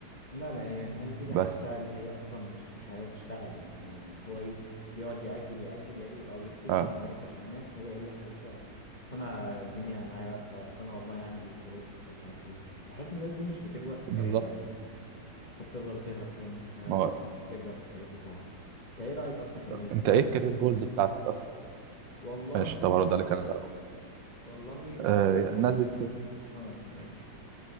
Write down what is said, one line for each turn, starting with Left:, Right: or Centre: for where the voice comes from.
Left: لا لا هي الناس دي بحسها
Right: بس
Left: اللي هي اصلا مش مش عايزه تشتغل يعني ما يعني هو ايه بيقعد يأجل يأجل يأجل او يختفي
Right: اه
Left: وما يردش على الناس ويجي يقول لك يا باشا انا الدنيا معايا واقفه اصل انا والله عندي ظروف اصل مش عارف ايه بحس الناس دي مش بتكبر في
Right: بالظبط
Left: كاريرها يعني بحسها بتفضل تهرب كده مش بتهرب
Right: ما هو
Left: مش بتكبر في الكارير بتاعها انت ايه رأيك اصلا في الناس دي
Right: انت
Left: يعني
Right: ايه الكارير جولز بتاعتك اصلا
Left: والله
Right: ماشي طب هرد عليك انا الاول
Left: والله بص
Right: آه الناس دي است...
Left: اه ماشي